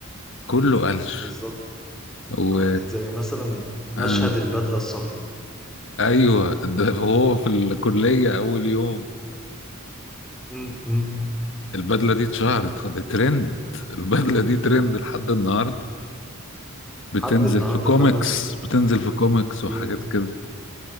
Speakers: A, on the left; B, in the centre.
A: كله قلش
B: بالظبط
A: و
B: آه، زي مثلا مشهد
A: آه.
B: البدلة الصفراء
A: ايوه ده هو في الكليه اول يوم
B: م- م.
A: البدله دي اتشهرت دي ترند البدله دي ترند لحد النهارده بتنزل
B: لحد النهارده
A: في كوميكس
B: فعلا في
A: بتنزل في كوميكس وحاجات
B: في-
A: كده